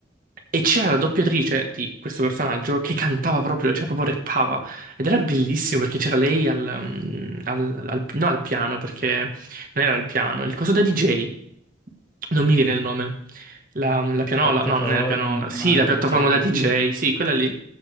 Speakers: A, on the right; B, on the left.
A: e c'era la doppiatrice di questo personaggio che cantava proprio, cioè proprio rappava. Ed era bellissimo perché c'era lei al, mm, al- al- no, al piano, perché non era al piano, il coso da DJ. Non mi viene il nome. La, mm, la pianola,
B: piattaforma,
A: no, non è la pianola. Sì, la
B: la
A: piattaforma
B: DJ.
A: da DJ, sì, quella lì.